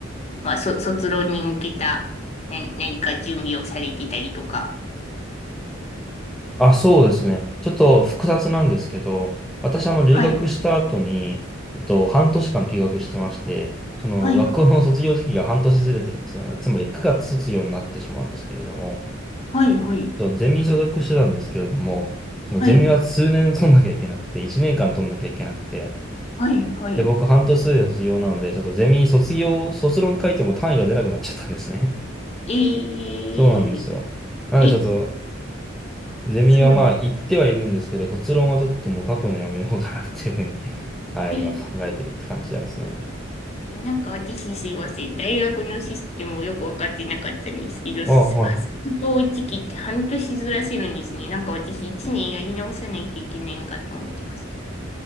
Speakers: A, on the left (about 35°); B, in the centre.
A: まあ、そ、卒論に向けた、な、何か準備をされてたりとか。
B: あ、そうですね。ちょっと複雑なんですけど、私、あの、留学した後に、
A: はい、
B: えっと、半年間休学してまして、その、
A: はい、
B: 学校の卒業時期が半年ずれてるんですね。つまり、9月卒業になってしまうんですけれども、
A: はい、はい、
B: ちょ、ゼミ所属してたんですけれども、そのゼミは数年取んなきゃいけなくて、
A: はい、
B: 1年間取んなきゃいけなくて、
A: はい、はい。
B: で、僕、半年で卒業なので、ちょっとゼミ卒業、卒論書いても単位が出なくなっちゃったんですね。
A: ええ
B: <laughs> そうなんですよ。なんで、
A: え、え
B: ちょっと、ゼミはまあ行ってはいるんですけど、
A: そうな、
B: 卒論はちょっともう書くのやめようかなっていうふうに <laughs> はい、
A: え
B: 今考えてるって感じなんですね。
A: なんか私すいません。大学のシステムをよくわかってなかったんですけど、
B: あ、
A: さ卒業時期って半年ずらせるんですね。
B: はい。
A: なんか私一年やり直さないといけないんかと思ってました。